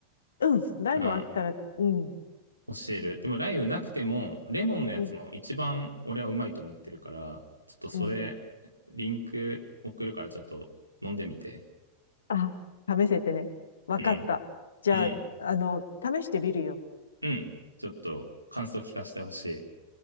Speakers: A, on the left (about 65°); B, on the right (about 85°).
A: うん。台もあったら、
B: うん。
A: うん、
B: 教える。でもライブなくても、レモンのやつも一番俺はうまいと思ってるから、
A: うん、
B: ちょっとそれ、
A: うん。
B: リンク送るからちょっと飲んでみて。
A: あ、試せってね。わかった。
B: うん、
A: じゃあ、
B: うん、
A: あの、試してみるよ。
B: うん。ちょっと感想聞かせてほしい。